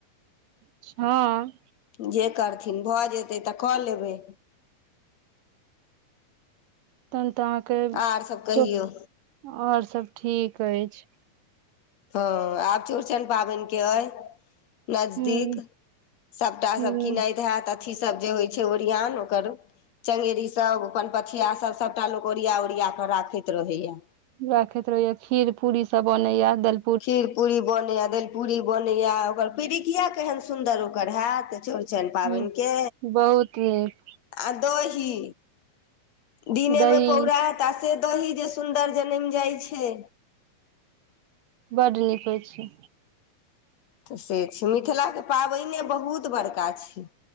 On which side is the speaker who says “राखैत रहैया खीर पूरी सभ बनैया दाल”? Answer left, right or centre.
Right